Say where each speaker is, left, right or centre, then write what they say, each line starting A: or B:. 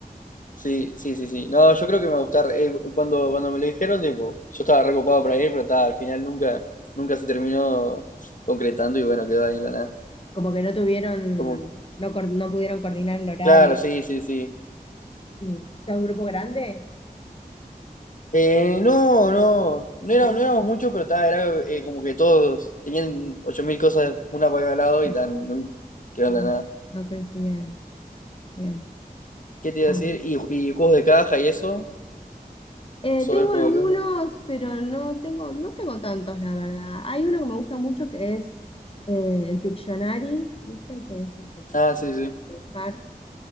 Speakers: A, on the left; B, on the left.
A: Sí, sí, sí, sí. No, yo creo que me va a gustar. Eh, cuando, cuando me lo dijeron, tipo, yo estaba recopado para ir, pero ta, al final nunca, nunca se terminó concretando y bueno, quedó ahí en la nada.
B: Como que no tuvieron,
A: Como,
B: no, cor- no pudieron coordinar el horario
A: claro, sí, sí, sí.
B: Y está un grupo grande,
A: Eh, no, no, no,
B: un
A: era,
B: poquito.
A: no éramos muchos, pero ta, era eh, como que todos tenían 8.000 cosas una para cada lado y
B: Ah,
A: tan, nun- quedó
B: no,
A: en la nada.
B: no coincidieron. Bien.
A: ¿Qué te iba
B: Ah.
A: a decir? ¿Y, y juegos de caja y eso?
B: Eh,
A: ¿Sobre
B: tengo
A: el juego
B: algunos,
A: de caja?
B: pero no tengo, no tengo tantos, la verdad. Hay uno que me gusta mucho que es eh, el Pictionary, ¿viste? Que es el que tenés
A: Ah,
B: que
A: sí, sí,
B: dibujar.